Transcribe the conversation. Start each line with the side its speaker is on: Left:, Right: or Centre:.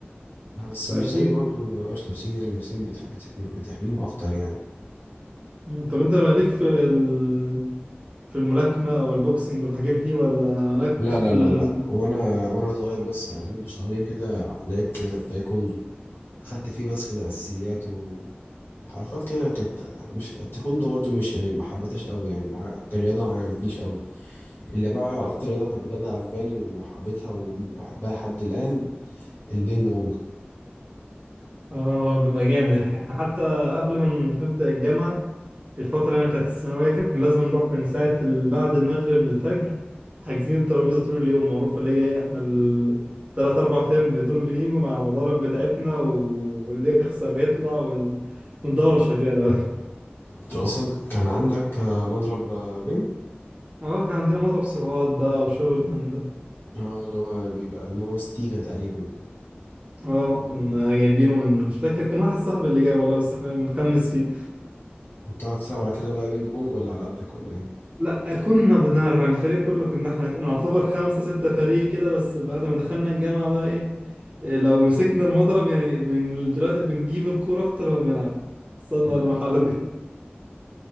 Left: آه، بس
Right: فأكيد
Left: مش زي برضه ما بقاش لابسين يعني لابسين بتح- بتحمي بتحميهم أكتر يعني
Right: مم، طب أنت مالك في ال... في الملاكمة أو البوكسينج والحاجات دي ولا مالكش
Left: لا لا
Right: في
Left: لا
Right: ال...
Left: لا وأنا وأنا صغير بس برضه شهرين كده لعبت تايكوندو أخدت فيه بس كده أساسيات و... حركات كده كانت مش التايكوندو برضه مش يعني ما حبيتهاش قوي يعني مع... كرياضة ما عجبتنيش قوي اللي بقى أكتر رياضة كانت بجد عجباني وحبيتها وبحبها لحد الآن البينج بونج
Right: آه هو بيبقى جامد الحقيقة حتى قبل ما نبدأ الجامعة الفترة يعني بتاعت الثانوية كان لازم نروح من ساعة ال- بعد المغرب للفجر حاجزين الترابيزة طول اليوم معروف اللي هي ايه احنا التلات أربع أيام دول بنيجوا مع المضارب بتاعتنا و- واللي يخسر يطلع وال... والدورة شغالة بقى
Left: أنت أصلا كان عندك آه، مضرب آه، بينج
Right: اه كان عندنا مضرب سرعات بقى وشغل من ده
Left: اه اللي هو بيبقى نو ستيجا تقريبا
Right: اه كنا جايبينه من مش فاكر كان واحد صاحبي اللي جاي والله بس احنا بنخمس فيه
Left: كنت بتعرف تلعب على كده بقى بينج بونج ولا على قدك ولا إيه؟
Right: لا كنا بنعرف يعني الفريق كله كنا احنا نعتبر خمسة ستة فريق كده بس بعد ما دخلنا الجامعة بقى ايه إيه، لو مسكنا المضرب يعني من دلوقتي بنجيب الكورة أكتر ما بنلعب وصلنا
Left: مم.
Right: للمرحلة دي